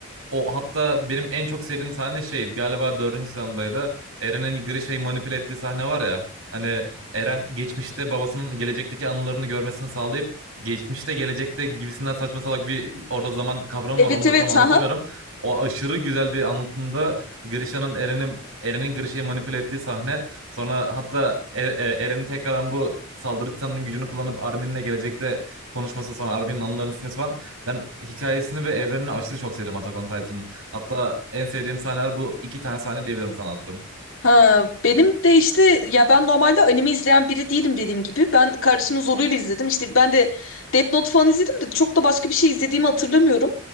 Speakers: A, on the right; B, on the left.
A: O hatta benim en çok sevdiğim sahne şeydi. Galiba dördüncü sezondaydı. Eren'in hani Grisha'yı manipüle ettiği sahne var ya. Hani Eren geçmişte babasının gelecekteki anılarını görmesini sağlayıp geçmişte gelecekte gibisinden saçma salak bir orada zaman kavramı
B: Evet
A: var. Onu
B: evet
A: da tam anlatamıyorum.
B: ha
A: O aşırı güzel bir anlatımda Grisha'nın Eren'in Eren'in Grisha'yı manipüle ettiği sahne. Sonra hatta E- E- Eren'in tekrardan bu saldırı titanının gücünü kullanıp Armin'le gelecekte konuşması sonra Armin'in anılarını silmesi falan. Ben hikayesini ve evrenini aşırı çok sevdim Attack on Titan'ın. Hatta en sevdiğim sahneler bu iki tane sahne diyebilirim sana attım.
B: Ha, benim de işte ya ben normalde anime izleyen biri değilim dediğim gibi. Ben kardeşimin zoruyla izledim. İşte ben de Death Note falan izledim de çok da başka bir şey izlediğimi hatırlamıyorum.